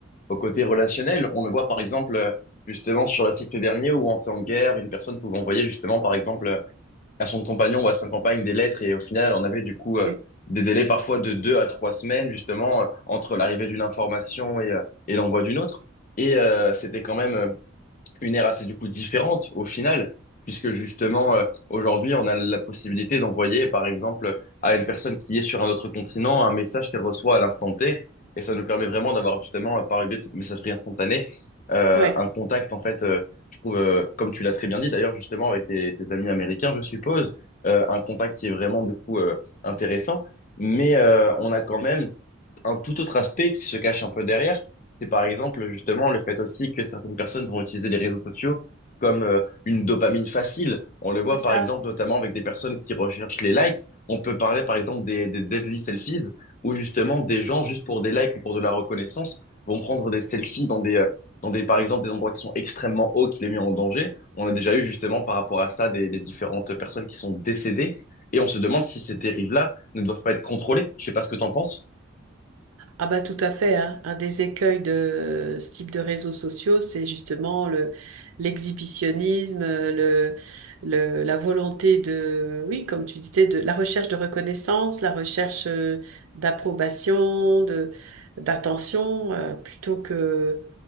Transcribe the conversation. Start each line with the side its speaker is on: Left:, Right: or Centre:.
Left: au côté relationnel. On le voit par exemple euh, justement sur la siècle dernier où en temps de guerre, une personne pouvait envoyer justement par exemple euh, à son compagnon ou à sa compagne des lettres et au final on avait du coup euh,
Right: Et-
Left: des délais parfois de deux à trois semaines justement euh, entre l'arrivée d'une information et, euh, et l'envoi d'une autre. Et euh, c'était quand même euh, une ère assez du coup différente au final, puisque justement euh, aujourd'hui on a la possibilité d'envoyer par exemple à une personne qui est sur un autre continent un message qu'elle reçoit à l'instant T, et ça nous permet vraiment d'avoir justement euh, par le biais de cette messagerie instantanée euh,
Right: Ouais,
Left: un contact en fait, euh, je trouve euh, comme tu l'as très bien dit d'ailleurs justement avec tes, tes amis américains je suppose, euh, un contact qui est vraiment du coup euh, intéressant, mais euh, on a quand même un tout autre aspect qui se cache un peu derrière, c'est par exemple justement le fait aussi que certaines personnes vont utiliser les réseaux sociaux comme euh, une dopamine facile. On le voit
Right: c'est ça.
Left: par exemple notamment avec des personnes qui recherchent les likes. On peut parler par exemple des, des deadly selfies où justement des gens juste pour des likes ou pour de la reconnaissance vont prendre des selfies dans des euh, dans des par exemple des endroits qui sont extrêmement hauts qui les mettent en danger. On a déjà eu justement par rapport à ça des, des différentes personnes qui sont décédées et on se demande si ces dérives-là ne doivent pas être contrôlées. Je sais pas ce que t'en penses.
Right: Ah bah tout à fait, hein. Un des écueils de ce type de réseaux sociaux, c'est justement le l'exhibitionnisme, euh, le, le- la volonté de, oui, comme tu disais, de la recherche de reconnaissance, la recherche euh, d'approbation, de d'attention, euh, plutôt que